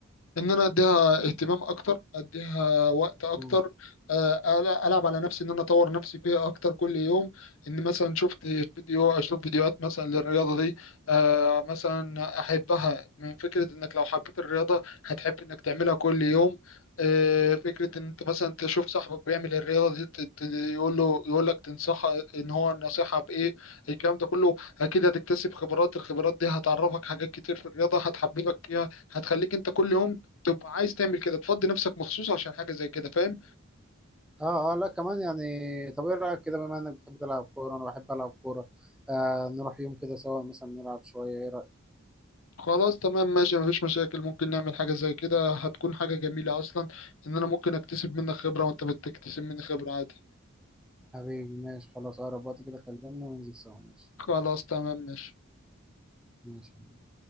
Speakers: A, on the left; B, in the centre.
A: ان انا اديها اهتمام اكتر اديها وقت اكتر
B: مم.
A: آه، ألا- العب على نفسي ان انا اطور نفسي فيها اكتر كل يوم ان مثلا شفت فيديو اشوف فيديوهات مثلا للرياضه دي آه، مثلا احبها من فكره انك لو حبيت الرياضه هتحب انك تعملها كل يوم آه، فكره ان انت مثلا تشوف صاحبك بيعمل الرياضه دي ت- ت- يقول له يقول لك تنصحه ان هو النصيحه بايه الكلام ده كله اكيد هتكتسب خبرات الخبرات دي هتعرفك حاجات كتير في الرياضه هتحببك فيها هتخليك انت كل يوم تبقى عايز تعمل كده تفضي نفسك مخصوص عشان حاجة زي كده فاهم
B: اه اه لا كمان يعني طب ايه رايك كده بما انك بتحب تلعب كوره انا بحب العب كوره آه نروح يوم كده سوا مثلا نلعب شويه ايه رايك
A: خلاص تمام ماشي مفيش مشاكل ممكن نعمل حاجة زي كده هتكون حاجة جميلة أصلا إن أنا ممكن أكتسب منك خبرة وأنت بتكتسب مني خبرة عادي
B: حبيبي ماشي خلاص اقرب وقت كده كلمني وننزل سوا ماشي
A: خلاص تمام ماشي
B: ماشي